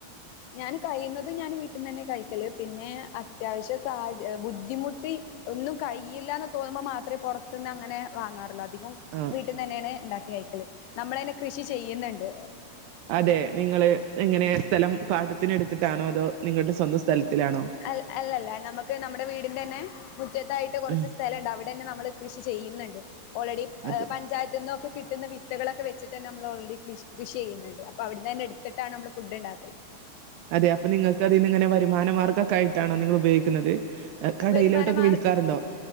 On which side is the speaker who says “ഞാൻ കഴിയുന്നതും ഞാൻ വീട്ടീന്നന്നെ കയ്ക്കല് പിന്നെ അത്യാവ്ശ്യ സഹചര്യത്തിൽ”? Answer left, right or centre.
Left